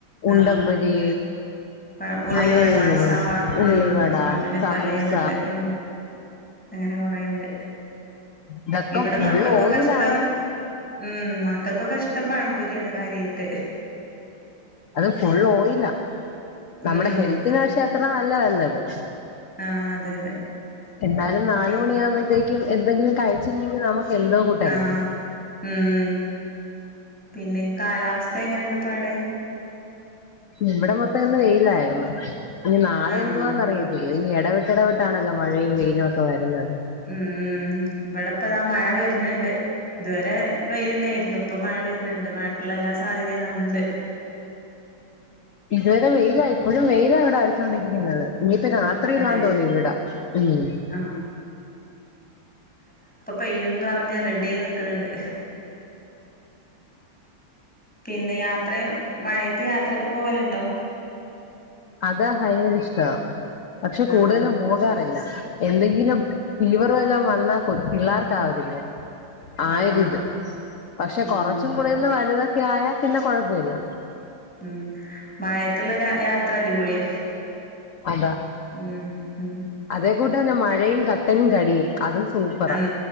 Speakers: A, in the centre; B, on the left.
A: ആ
B: ഉണ്ടം പൊരി
A: പ ഉള്ളിവട
B: അങ്ങനെ <unintelligible>
A: സവാള
B: ഉള്ള്
A: ഉം
B: വട
A: അങ്ങനെ
B: സമൂസ
A: പലേതുണ്ട് ഉം അങ്ങനെ കൊറേണ്ട്
B: ഇതൊക്കെ
A: ഇവടെ
B: ഫുൾ
A: മക്കക്കൊക്ക
B: ഓയിലാണ്
A: ഷ്ടം ഉം മക്കക്കൊക്കെ ഷ് ട്ടം പഴംപൊരിയാണ് കാര്യായിട്ട്
B: അത് ഫുൾ ഓയിലാ നമ്മുടെ
A: ഉം
B: ഹെൽത്തിന് പക്ഷേ അത്ര നല്ല നല്ലത്
A: ആഹ് അതെ അതെ
B: എന്നാലും നാലുമണിയാവ്
A: പിന്നെ
B: പേക്കും എന്തെങ്കിലും കഴിച്ചില്ലെങ്കി നമ്മക്ക് എന്തോ കൂട്ടല്ലേ
A: ആഹ് ഉം പിന്നെ കാലാവസ്ഥ എങ്ങനെണ്ട് പ്പ അടെ
B: ഇവിടെ മൊത്തം ഇന്ന് വെയിലായിരുന്നു ഇനി നാളെ
A: ആഹ്
B: എന്തുവാന്നറി ഇല്ലെഞ്ഞി എടവിട്ട് എടവിട്ടാണോ ത് അ മഴയും വെയ്ലു ഒക്കെ വരുന്നത്
A: ഉം ബടെപ്പതാ മഴ വര്ന്ണ്ട് തുവരെ വെയ്ലെന്നെയ്രുന്നു പ്പൊ മഴ വര്ന്ണ്ട് മഴക്ക്ള്ള എല്ലാ സാധ്യതിം കാണ് ണ്ട്
B: ഇതുവരെ വെയിലാ ഇപ്പോഴും വെയിലാ ഇവിടെ അടിച്ചോണ്ടിരിക്കുന്നത് ഇനിപ്പ രാത്രീലാ
A: അതെ
B: തോന്നിവിട ഉം
A: ആഹ് പെയ്യുംന്നറഞ്ഞ് റെഡി ആയി നിക്ക്ണ് ണ്ട് പിന്നെ യാത്രെള് മഴയത്ത് യാത്രൊക്കെ പോവല്ണ്ടോ
B: അതഹ് വയങ്കര ഇഷ്ട പക്ഷെ
A: ആഹ്
B: കൂടുതലും പോകാറില്ല എന്തെങ്കിലും ഫീവറ് വല്ലോം വന്നാ കുട്ട്-പിള്ളേർക്കാവതില്ലേ ആയിരിത്
A: ആഹ്
B: പക്ഷെ
A: ഉം
B: കൊറച്ചും കൂടെന്ന് വലുതൊക്കെ ആയ പിന്നെ കൊഴപ്പവില്ല
A: ഉം മഴയത്തുള്ളൊര യാത്ര അടിപൊളിയ
B: അത
A: ഉം ഉം
B: അതേ കൂട്ട് തന്നെ മഴയും കട്ടനും കടിയും അതും സൂപ്പറാ
A: ഉം